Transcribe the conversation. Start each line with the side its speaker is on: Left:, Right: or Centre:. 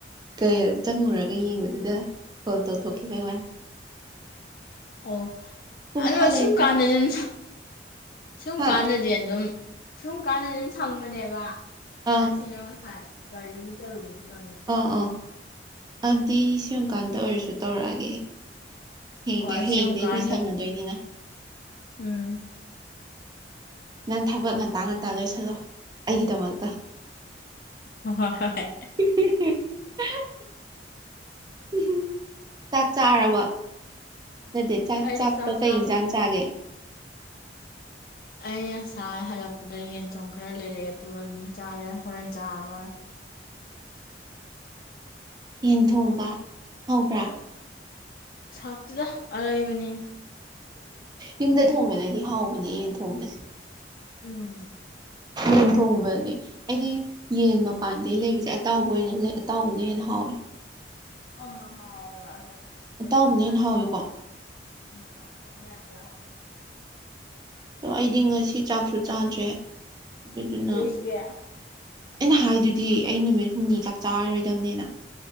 Right: ꯀ ꯆꯪꯉꯨꯔꯒ ꯌꯦꯡꯕꯨꯗꯨꯗ ꯀꯣꯜ ꯇꯧꯊꯣꯛꯈꯤꯕꯩ ꯋꯥꯅꯤ
Left: ꯑꯣ
Right: ꯄꯨꯡ
Left: ꯑꯗꯣ
Right: ꯐꯥꯗꯣꯔꯦ
Left: ꯁꯨꯝ
Right: ꯄꯨꯡ
Left: ꯀꯥꯟꯗ
Right: ꯐꯥꯗꯣꯔꯦ
Left: ꯁꯨꯝ ꯁꯨꯝ
Right: ꯍꯥ
Left: ꯀꯥꯟꯗꯗꯤ ꯑꯗꯨꯝ ꯁꯨꯝ ꯀꯥꯟꯗꯗꯤ ꯑꯗꯨꯝ ꯁꯪꯕꯅꯦꯕ
Right: ꯑꯥ
Left: ꯉꯁꯤꯗ ꯉꯁꯥꯏ ꯒꯥꯔꯤ ꯆꯔꯨꯒ
Right: ꯑꯥ ꯑꯥ ꯑꯗꯨꯗꯤ ꯁꯤꯨꯝꯀꯥꯟꯗ ꯑꯣꯏꯔꯁꯨ ꯇꯧꯔꯛꯑꯒꯦ ꯑꯩ ꯍꯦꯡꯒꯦ
Left: ꯍꯣꯏ
Right: ꯍꯌꯦꯗꯩꯗꯤ
Left: ꯁꯨꯝ ꯀꯥꯟꯗ
Right: ꯁꯪꯉꯗꯣꯏꯅꯤꯅ
Left: ꯎꯝ
Right: ꯅꯪ ꯊꯕꯛ ꯉꯟꯇꯥ ꯉꯟꯇꯥ ꯂꯣꯏꯁꯤꯜꯂꯣ ꯑꯩꯒꯤꯗꯃꯛꯇ
Left: ꯍꯣꯏ ꯍꯣꯏ ꯍꯣꯏ
Right: <inaudible> ꯎ ꯆꯥꯛ ꯆꯥꯔꯕ ꯅꯠꯇꯦ ꯆꯥꯛ
Left: ꯑꯩꯁꯨ
Right: ꯆꯥꯛꯇꯣ ꯀꯩ
Left: ꯆꯥ
Right: ꯌꯦꯟꯁꯥꯡ ꯆꯥꯒꯦ
Left: ꯑꯩ ꯉꯁꯥ ꯍꯜꯂꯛꯄꯗ ꯌꯦꯟ ꯊꯣꯡ ꯈꯔ ꯂꯩꯔꯛꯑꯦ ꯑꯗꯨꯒ ꯃꯤ ꯆꯥꯔꯦ ꯍꯣꯔꯦꯟ ꯆꯥꯔꯣꯏ
Right: ꯌꯦꯟ ꯊꯣꯡꯕ ꯍꯧꯕ꯭ꯔꯥ
Left: ꯍꯥꯎꯇꯦꯗꯥ ꯑꯔꯩꯕꯅꯤ
Right: ꯌꯨꯝꯗ ꯊꯣꯡꯕꯅꯗꯤ ꯍꯥꯎꯕꯅꯦ ꯌꯦꯟ ꯊꯣꯡꯕꯁꯦ
Left: ꯎꯝ
Right: ꯌꯦꯟ ꯊꯣꯡꯕ ꯑꯩꯗꯤ ꯌꯦꯟ ꯃꯄꯥꯟꯗꯒꯤ ꯂꯩꯕꯁꯦ ꯑꯇꯥꯎꯕ ꯑꯣꯏꯅ ꯂꯩ ꯑꯇꯥꯎꯕꯅ ꯍꯦꯟꯅ ꯍꯥꯎꯋꯦ
Left: ꯑꯥ ꯍꯥꯎꯋꯦ ꯑꯗꯣ
Right: ꯑꯇꯥꯎꯕꯅ
Left: ꯑꯩ ꯊꯣꯛꯅꯤꯡꯉꯥꯏꯗꯤ
Right: ꯍꯦꯟꯅ ꯍꯥꯎꯋꯦꯀꯣ
Left: ꯌꯥꯎꯗꯕ <unintelligible>
Right: ꯑꯗꯣ ꯑꯩꯗꯤ ꯉꯁꯤ ꯆꯥꯛꯁꯨ ꯆꯥꯗ꯭ꯔꯦ ꯑꯗꯨꯗꯨꯅ
Left: ꯀꯩꯒꯤ
Right: ꯑꯩꯅ ꯍꯥꯏꯗꯨꯗꯤ ꯑꯩ ꯅꯨꯃꯤꯠ ꯍꯨꯝꯅꯤ ꯆꯥꯛ ꯆꯥꯔꯔꯣꯏꯗꯕꯅꯤꯅ